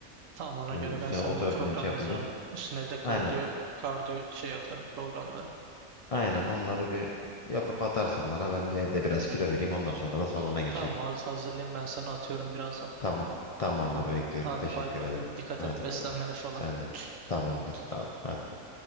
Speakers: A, on the right; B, on the left.
A: Tamam ona
B: Bu
A: göre
B: üstüne
A: ben sana
B: oturabildiğim
A: bir program
B: şey yapabildiğim.
A: yazarım. Üstüne bir de kardiyo,
B: Aynen.
A: kardiyo şey atarım programları.
B: Aynen onları bir yapıp atarsan bana ben bir evde biraz kilo vereyim ondan sonra da salona geçerim.
A: Tamam az hazırlayayım ben sana atıyorum birazdan.
B: Tamam. Tamamdır
A: Tamam.
B: bekliyorum.
A: Hadi
B: Teşekkür
A: bay bay.
B: ederim.
A: Dikkat
B: Hadi
A: et beslenmene
B: bay bay.
A: falan.
B: Sen
A: <laughs>
B: de tamamdır. Al. Hadi.